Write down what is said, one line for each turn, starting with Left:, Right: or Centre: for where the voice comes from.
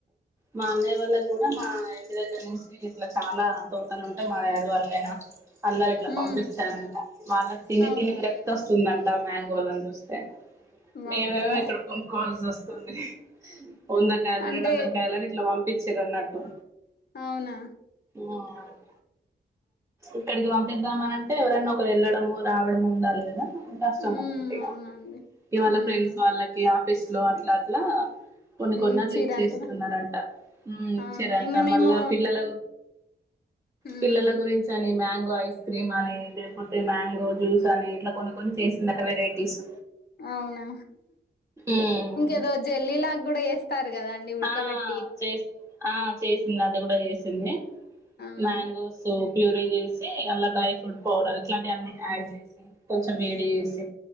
Right: మా అన్నయ్య వాళ్ళకు కూడా మా ఇంటి దగ్గర నుంచి ఇట్లా చాలా తోటలు ఉంటాయి మారారు వాళ్ళైనా అందరు ఇట్లా
Left: ఉమ్
Right: పంపిస్తారంట వాళ్ళకి తిని
Left: అవును
Right: తిని విరక్తి వస్తుందంట ద మ్యాంగోలని చూస్తే
Left: వామ్మో
Right: మేమేమో ఇక్కడ కొనుకోవల్సి వస్తుంది వంద కాయలు
Left: అంటే
Right: రెండు వందల కాయలు అని ఇట్లా పంపి చిరన్నట్టు
Left: అవునా
Right: మార్ప ఇక్కడికి పంపిద్దామని అంటే ఎవరన్నా ఒకరు ఎళ్ళడము రావడము ఉండాలి కదా కష్టం
Left: హ్మ్
Right: అన్నట్టే న
Left: అవునండి
Right: ఇవాళ
Left: హ్మ్
Right: ఫ్రెండ్స్ వాళ్ళకి ఆఫీస్ లో అట్లా అట్లా కొన్ని కొనట్ల
Left: ఇచ్చిర్రు
Right: ఇచ్చేస్తున్నారంట
Left: అంటనా
Right: మ్ ఇచ్చెరంట
Left: అవునా ఇంగ మేము
Right: మళ్ళా పిల్లల
Left: హ్మ్
Right: పిల్లల గురించి అని మ్యాంగో ఐస్ క్రీమ్ అని పోతే మ్యాంగో జ్యూస్ అని ఇట్లా కొన్ని కొన్ని చేసిందట వెరైటీస్
Left: అవునా
Right: ఉమ్
Left: ఇంకేదో జల్లిలాగ కూడా ఎస్తారు కదా అన్ని ఉడకబెట్టి
Right: ఆ చేస్ ఆ చేసింది అది కూడా చేసింది
Left: అవునా
Right: మ్యాంగో సూప్ ప్యూరీ చేసి అలా డ్రై ఫ్రూట్ పౌడర్ ఇట్లాంటి అన్న యాడ్ చేసి కొంచెం వేడి చేేసి